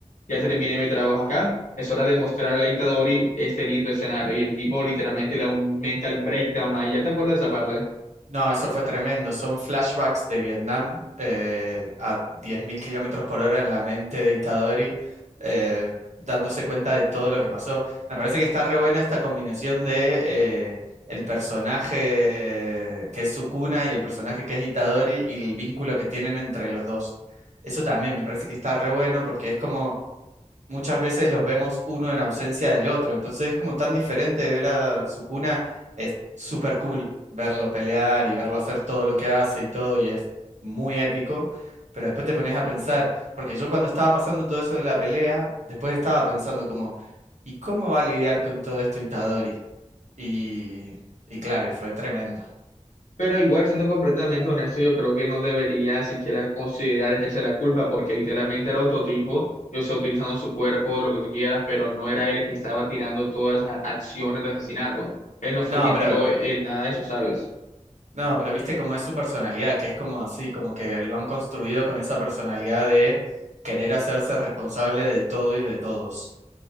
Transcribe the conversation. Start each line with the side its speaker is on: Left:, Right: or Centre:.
Left: ya terminé mi trabajo acá, es hora de mostrarle a Itadori este lindo escenario. Y el tipo literalmente le da un mental breakdown ahí. ¿Ya te acuerdas de esa parte?
Right: No, eso fue tremendo. Son flashbacks de Vietnam eh, a 10.000 kilómetros por hora en la mente de Itadori, eh, dándose cuenta de todo lo que pasó. Me parece que está re buena esta combinación de eh, el personaje que es Sukuna y el personaje que es Itadori y el vínculo que tienen entre los dos. Eso también me parece que está re bueno porque es como muchas veces los vemos uno en ausencia del otro. Entonces es como tan diferente ver a Sukuna. Es súper cool verlo pelear y verlo hacer todo lo que hace y todo, y es muy épico. Pero después te pones a pensar, porque yo cuando estaba pasando todo eso de la pelea, después estaba pensando como, ¿y cómo va a lidiar con todo esto Itadori? Y, y claro, y fue tremendo.
Left: Pero igual, siendo completamente honesto, yo creo que él no debería siquiera considerar echarse la culpa porque literalmente era otro tipo, yo sé, utilizando su cuerpo, lo que tú quieras, pero no era él que estaba tirando todas esas acciones de asesinato. Él no fue
Right: No,
Left: quien
Right: pero
Left: tiró el nada de eso, ¿sabes?
Right: No, pero viste cómo es su personalidad, que es como así, como que lo han construido con esa personalidad de querer hacerse responsable de todo y de todos.